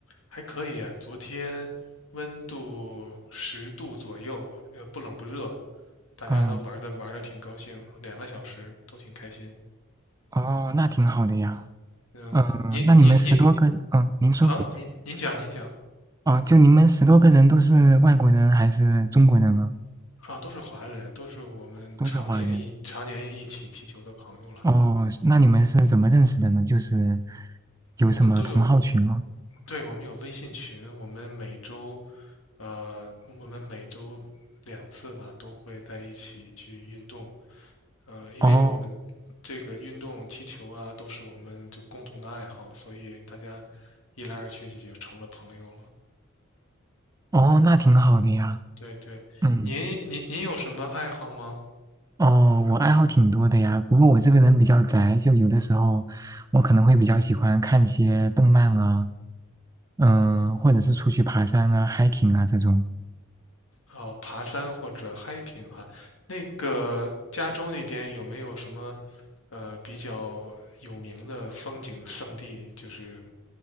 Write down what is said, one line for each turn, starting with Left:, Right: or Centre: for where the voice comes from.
Left: 还可以啊，昨天温度十度左右，呃，不冷不热，大家都玩的玩的挺高兴，
Right: 哦
Left: 两个小时都挺开心。
Right: 哦，那挺好的呀。
Left: 嗯、
Right: 嗯、
Left: 您您您
Right: 那你们十多个，嗯、您说，
Left: 啊，您您讲您讲
Right: 哦，就你们十多个人都是外国人还是中国人啊？
Left: 啊，都是华人，都是我们常年一常年一起踢球的朋友了。
Right: 都是华人。哦，那你们是怎么认识的呢？就是有什么同好群吗？
Left: 我们都有，对，我们有微信群，我们每周，呃，我们每周两次吧，都会在一起去运动，呃，因为我们这个运动踢球啊，
Right: 哦
Left: 都是我们就共同的爱好，所以大家一来二去就就成了朋友了。
Right: 哦，那挺好的呀。
Left: 对对，
Right: 嗯，
Left: 您您您有什么爱好吗？
Right: 哦，我爱好挺多的呀。不过我这个人比较宅，就有的时候我可能会比较喜欢看一些动漫啊，嗯、或者是出去爬山啊、hiking 啊这种。
Left: 哦，爬山或者 hiking 哈，那个加州那边有没有什么呃比较有名的风景胜地，就是